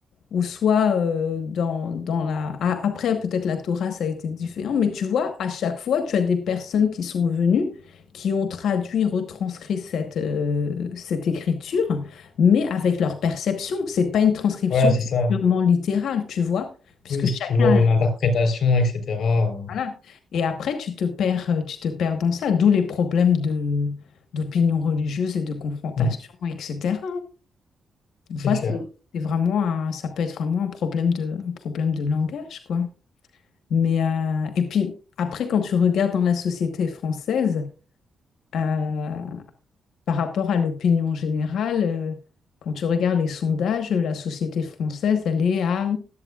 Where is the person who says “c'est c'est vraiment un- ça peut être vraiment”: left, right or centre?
Left